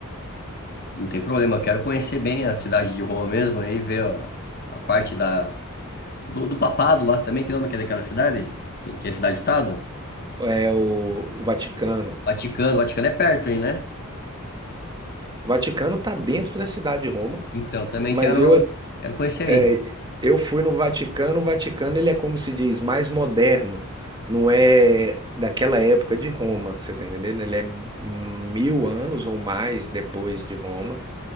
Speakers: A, on the left; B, on the right.
A: Não tem problema, eu quero conhecer bem a cidade de Roma mesmo, aí ver ó, a parte da, do, do papado lá também, que nome que é daquela cidade? Que, que é cidade-estado?
B: É o Vaticano.
A: Vaticano, Vaticano é perto aí, né?
B: O Vaticano está dentro da cidade de Roma,
A: Então, eu também
B: mas
A: quero,
B: eu
A: quero conhecer aí.
B: É, eu fui no Vaticano, o Vaticano ele é como se diz, mais moderno, não é daquela época de Roma, você tá entendendo? Ele é mil anos ou mais depois de Roma,